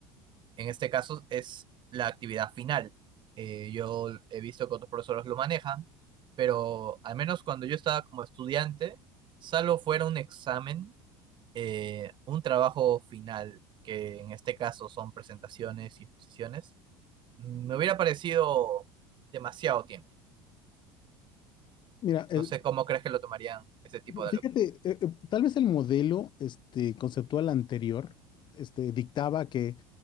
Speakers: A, on the right; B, on the left.
A: En este caso es la actividad final. Eh, yo he visto que otros profesores lo manejan, pero al menos cuando yo estaba como estudiante, salvo fuera un examen, eh, un trabajo final, que en este caso son presentaciones y exposiciones, me hubiera parecido demasiado tiempo.
B: mira,
A: No
B: el-
A: sé cómo crees que lo tomarían ese tipo de
B: Fíjate,
A: alumnos.
B: eh, eh, tal vez el modelo este, conceptual anterior este, dictaba que